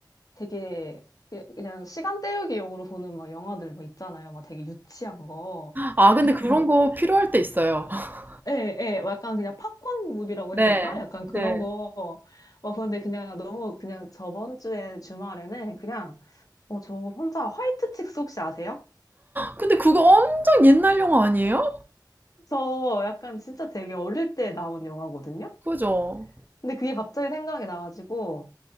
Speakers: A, on the left; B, on the right.
A: 되게 그- 그냥 시간 때우기용으로 보는 막 영화들 뭐 있잖아요. 막 되게 유치한 거.
B: 아, 근데
A: <laughs>
B: 그런 거 필요할 때 있어요. <laughs>
A: 예, 예, 약간 그냥 팝콘 무비라고
B: 네,
A: 해야 되나? 약간 그런
B: 네.
A: 거. 어, 근데 그냥 너무 그냥 저번 주에 주말에는 그냥, 어, 저 혼자 화이트 칙스 혹시 아세요?
B: 근데 그거 엄청 옛날 영화 아니에요?
A: 저 약간 진짜 되게 어릴 때 나온 영화거든요?
B: 그죠?
A: 근데 그게 갑자기 생각이 나가지고,